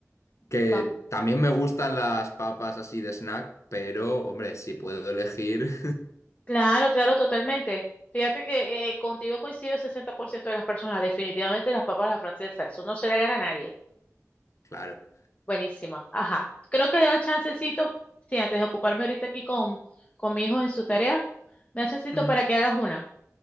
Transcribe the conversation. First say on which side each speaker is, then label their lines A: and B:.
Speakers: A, on the left; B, on the left.
A: Que
B: Vamos.
A: también me gustan las papas así de snack, pero hombre, si puedo elegir,
B: Claro, claro, totalmente. Fíjate que eh, contigo coincido el 60% de las personas. Definitivamente las papas a la francesa. Eso no se le gana a nadie.
A: <laughs> claro.
B: Buenísimo. Ajá. Creo que da chancecito, sí, antes de ocuparme ahorita aquí con, con mi hijo en su tarea, me da chancecito
A: Mm.
B: para que hagas una.